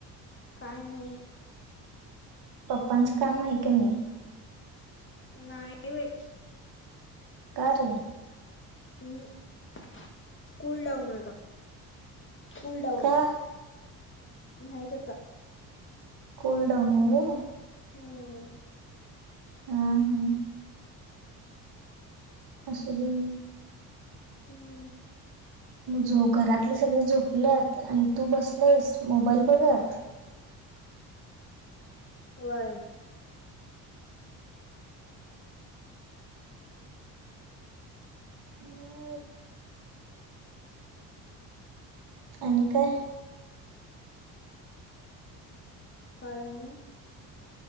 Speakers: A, on the left; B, on the right.
A: काय नाही.
B: पप्पांचं काम आहे काय नाही?
A: नाही बाई.
B: का रे.
A: हम् कुलडाऊन आहे आता कुलडाऊन
B: का
A: आहे. नाहीच आता.
B: कुलडऊन हाय वय.
A: हम्म.
B: ह हा. असुदे घे.
A: हम्म.
B: म झो घरातली सगळे झोपल्यात आणि तू बसलायस मोबाईल बघत?
A: वय.
B: मग आणि काय?
A: काय आणि.